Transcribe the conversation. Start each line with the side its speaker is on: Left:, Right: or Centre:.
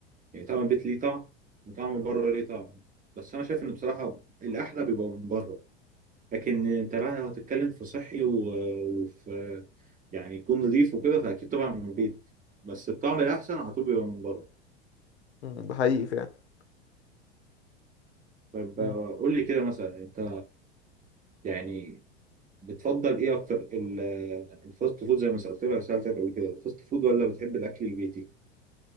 Right: يعني طعم البيت ليه طعم وطعم بره ليه طعم بس انا شايف ان بصراحه الاحلى بيبقى من بره لكن انت رايح لو هتتكلم في صحي و- وفي يعني يكون نظيف وكده فاكيد طبعا من البيت بس الطعم الاحسن على طول بيبقى من بره
Left: مم. ده حقيقي فعلا
Right: طب
Left: مم.
Right: قول لي كده مثلا انت يعني بتفضل ايه اكتر ال- الفاست فود زي ما سالت لك سالتك قبل كده الفاست فود ولا بتحب الاكل البيتي